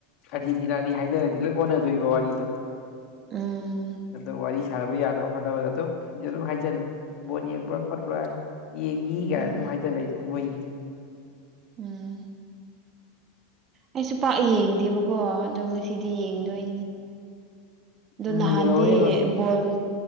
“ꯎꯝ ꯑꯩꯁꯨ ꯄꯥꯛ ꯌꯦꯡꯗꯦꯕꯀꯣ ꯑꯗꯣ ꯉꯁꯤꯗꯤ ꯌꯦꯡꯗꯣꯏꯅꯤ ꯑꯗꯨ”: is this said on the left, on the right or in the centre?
Right